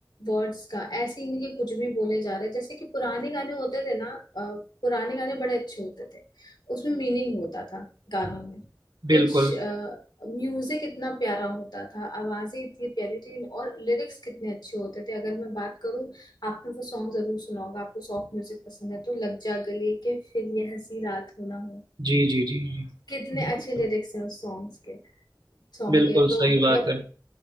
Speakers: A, on the left (about 75°); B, on the right (about 70°).
A: वर्ड्स का ऐसे ही नहीं कि कुछ भी बोले जा रहे हैं जैसे कि पुराने गाने होते थे ना अ, पुराने गाने बड़े अच्छे होते थे उसमें मीनिंग होता था गानों में
B: बिल्कुल
A: कुछ म्यूजिक इतना प्यारा होता था आवाजें इतनी प्यारी थी और लिरिक्स कितने अच्छे होते थे अगर मैं बात करूँ आपने वो सॉन्ग जरूर सुना होगा आपको सॉफ्ट म्यूजिक पसंद है तो लग जा गले के फिर ये हंसी रात हो ना हो
B: जी जी जी जी
A: कितने
B: बिल्कुल
A: अच्छे लिरिक्स हैं उस सॉन्ग्स के सॉन्ग
B: बिल्कुल
A: के तो
B: सही
A: मतलब
B: बात है